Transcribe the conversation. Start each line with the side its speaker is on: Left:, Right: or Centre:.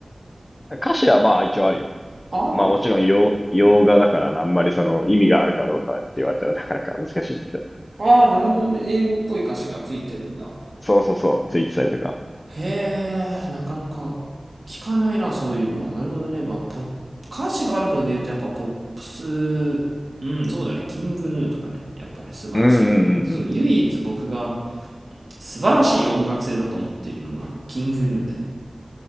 Left: 歌詞はまあ一応あるよ。
Right: ああるんだ。
Left: まあもちろん洋、洋画だからあんまりその意味があるかどうかって言われたらなかなか難しいんだけど。
Right: ああ、なるほどね。英語っぽい歌詞がついてるんだ。
Left: そうそうそう、ツイッタされたか。
Right: へえ、なかなか聞かないな、そういうのは。なるほどね。まあ、ポップ、歌詞があるので言うと、やっぱポップス、うん、そうだね。キングヌーとかね。やっぱね、素晴らしいかなって。
Left: うんうんうんうん。
Right: そう、唯一僕が素晴らしい音楽性だと思っているのが、キングヌーで。